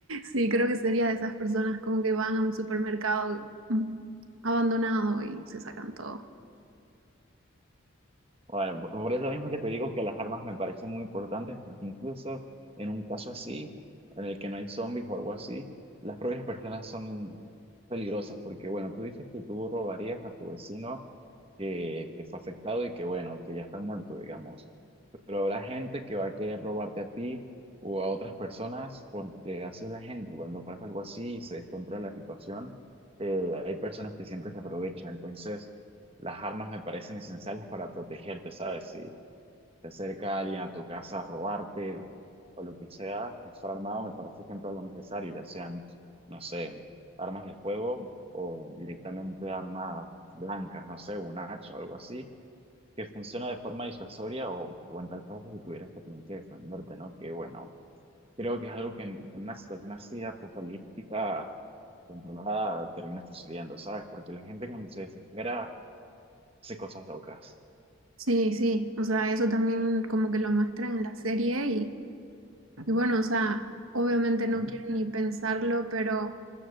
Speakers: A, on the right; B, on the right.
A: sí, creo que sería de esas personas como que van a un supermercado mm, abandonado y se sacan todo.
B: Bueno, p- por eso mismo que te digo que las armas me parecen muy importantes, porque incluso en un caso así, en el que no hay zombies o algo así, las propias personas son peligrosas, porque bueno, tú dices que tú robarías a tu vecino que, que fue afectado y que bueno, que ya está muerto, digamos. Pero habrá gente que va a querer robarte a ti o a otras personas porque hace la gente. Cuando pasa algo así y se descontrola la situación, eh, hay personas que siempre se aprovechan. Entonces, las armas me parecen esenciales para protegerte, ¿sabes? Si se acerca alguien a tu casa a robarte o, o lo que sea, estar armado me parece siempre algo necesario, ya sean, no sé, armas de fuego o directamente armas blancas, no sé, un hacha o algo así que funciona de forma disuasoria o, o en tal caso si tuvieras que tener que defenderte, ¿no? Que bueno, creo que es algo que en, en una situación así apocalíptica controlada termina sucediendo, ¿sabes? Porque la gente cuando se desespera hace cosas locas.
A: Sí, sí, o sea, eso también como que lo muestran en la serie y Y bueno, o sea, obviamente no
B: ¿no?
A: quiero ni pensarlo, pero